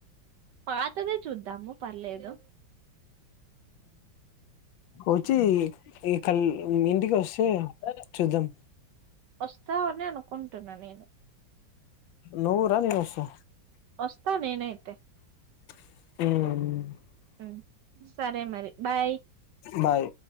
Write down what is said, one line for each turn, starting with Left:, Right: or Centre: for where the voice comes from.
Right: పాతదే చూద్దాము పర్లేదు
Left: వచ్చి ఈ కల్ ఈ ఇంటికి వస్తే చూద్దాం
Right: వస్తావనే అనుకుంటున్న నేను
Left: నువ్వు రా నేనొస్తా
Right: వస్తా నేనైతే
Left: హూ
Right: ఉ సరే మరి బాయ్
Left: బాయ్